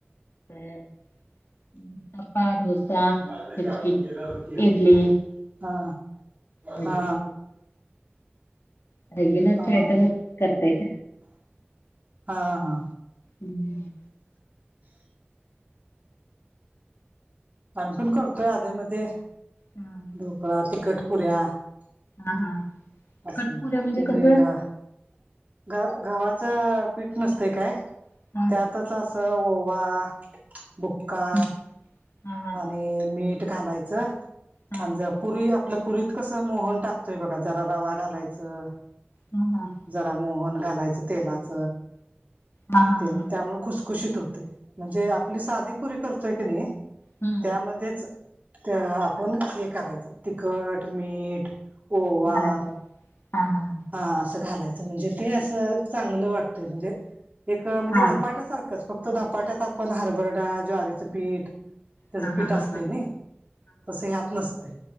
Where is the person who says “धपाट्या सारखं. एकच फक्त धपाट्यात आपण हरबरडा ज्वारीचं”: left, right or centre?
Right